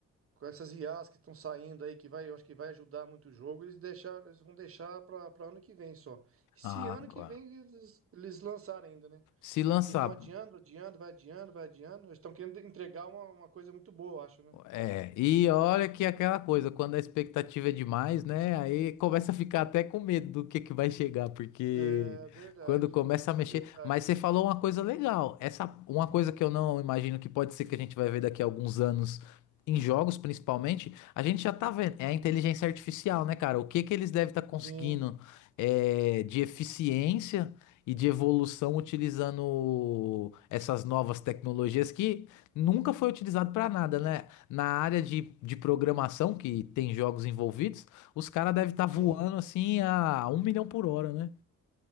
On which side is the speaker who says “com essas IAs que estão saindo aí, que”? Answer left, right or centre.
Right